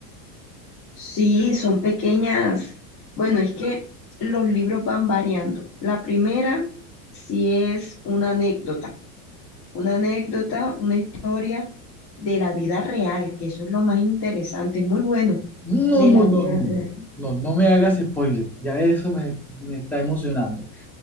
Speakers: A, on the left; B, in the centre.
A: Sí, son pequeñas. Bueno, es que los libros van variando. La primera sí es una anécdota, una anécdota, una historia de la vida real, que eso es lo más interesante, muy bueno,
B: No,
A: de
B: no,
A: la vida
B: no, no.
A: real.
B: No, no me hagas spoiler. Ya eso me, me está emocionando.